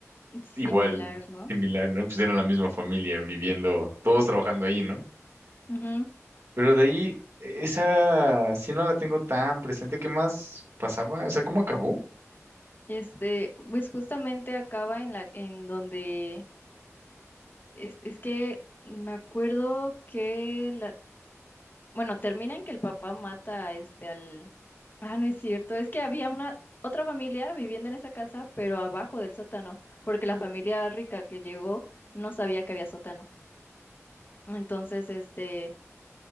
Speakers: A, on the left (about 40°); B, on the right (about 55°).
A: similar,
B: igual,
A: ¿no?
B: similar, ¿no? Pues eran la misma familia viviendo, todos trabajando ahí, ¿no?
A: Ujú.
B: Pero de ahí, e-, esa sí no la tengo tan presente. ¿Qué más pasaba? O sea, ¿cómo acabó?
A: Este, pues justamente acaba en la, en donde es, es que me acuerdo que la, bueno, termina en que el papá mata a este al, ah, no es cierto, es que había una otra familia viviendo en esa casa, pero abajo del sótano, porque la familia rica que llegó no sabía que había sótano. Entonces, este